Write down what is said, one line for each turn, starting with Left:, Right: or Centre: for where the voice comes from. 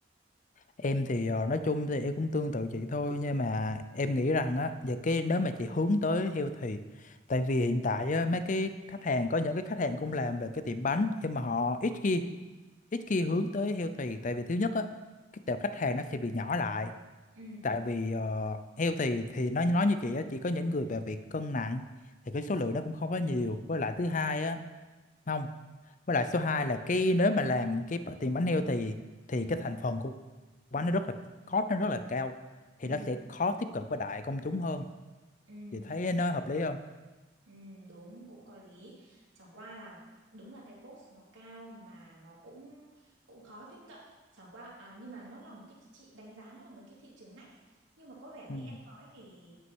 Left: em thì ờ, nói chung thì em cũng tương tự chị thôi nhưng mà em nghĩ rằng á và cái nếu mà chị hướng tới healthy tại vì hiện tại á, mấy cái khách hàng có những cái khách hàng cũng làm về cái tiệm bánh nhưng mà họ ít khi ít khi hướng tới healthy tại vì thứ nhất á cái tệp khách hàng nó sẽ bị nhỏ lại
Right: ừ
Left: tại vì ờ, heo thì thì nó nói nói như chị á chỉ có những người mà bị cân nặng thì cái số lượng nó cũng không có nhiều với lại thứ hai á không với lại số 2 là cái nếu mà làm cái b- tiền bánh heo thì thì
Right: ừ
Left: cái thành phần của bánh nó rất là cost nó rất là cao thì
Right: ừ
Left: nó sẽ khó tiếp cận với đại công chúng hơn
Right: ừ
Left: chị thấy nó hợp lý không
Right: Ừ, đúng cũng có lý chẳng qua là đúng là cái cost nó cao mà nó cũng cũng khó tiếp cận chẳng qua à, nhưng mà nó là một cái chị đánh giá nó là một cái thị trường ngách ấy. nhưng mà có vẻ như
Left: Ừ.
Right: em nói thì